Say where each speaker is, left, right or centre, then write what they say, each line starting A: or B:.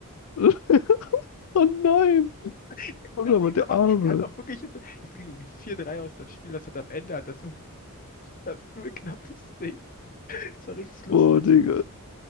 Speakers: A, on the left; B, on the left.
A: <laughs> Oh nein.
B: <laughs>
A: Oh,
B: das
A: Schau mal
B: eh
A: der
B: wieder macht.
A: Arme.
B: Der hat auch wirklich, das ging irgendwie 4-3 aus das Spiel. Das hat am Ende, hat das wirklich. Das ist ein knappes Ding. Das war richtig lustig.
A: Boah, Digga.